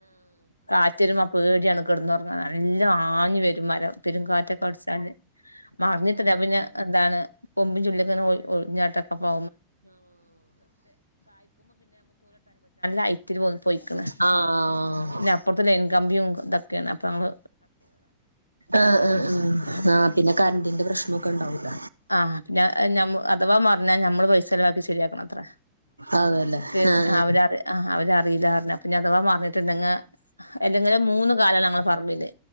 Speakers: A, on the left; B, on the right.
A: കാറ്റ് വര്മ്പോ പേട്യാണ് കെടന്നൊർങ്ങാന് നല്ലോം ആഞ് വരും മരം പെരുങ്കാറ്റൊക്കെ അടിച്ചാല് മറിഞ്ഞിട്ടില്ല പിന്നെ എന്താണ് കൊമ്പും ചുള്ളി ഒക്കെനെ <unintelligible> <unintelligible> <unintelligible> നല്ല ഹൈറ്റ്ല് <unintelligible> പോയിക്ക്ണ്
B: ആഹ് ആഹ്
A: പിന്നെ അപ്പുറത്തല കമ്പിയും ഇതൊക്കെയാണ് അപ്പം നമ്മൾ
B: ആ ആ
A: ഉം
B: ആ ആ പിന്നെ കരണ്ടിന്റെ പ്രശ്നൊക്കെ ഉണ്ടാവൂല്ല
A: ആ പിന്നെ ഞമ്മു അഥവാ മറിഞ്ഞാ ഞമ്മള് പൈസലവാക്കി ശരിയാക്കണം അത്രെ
B: അതല്ലേ
A: കേസ്
B: ആഹ്
A: ആ അവര് അറി ആ അവരറിയില്ലാറ്ഞ് അ പിന്നെ അഥവാ മറിഞ്ഞിട്ട് ഉണ്ടെങേ അല്ലെങ്കിലും മൂന്ന് കാലാണ് ഞങ്ങളെ പറമ്പില്